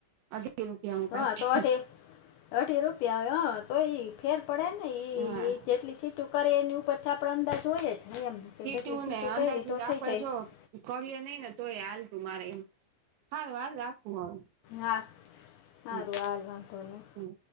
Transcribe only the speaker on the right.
અઢી રૂપિયા હું
કાઢી
હા
સીટું
ને અંદાજ
આપે
જો કય નઈ ને તોય હાલતું મારે એમ હાલ વાાલ રાખું હવે
હમ્મ
હમ્મ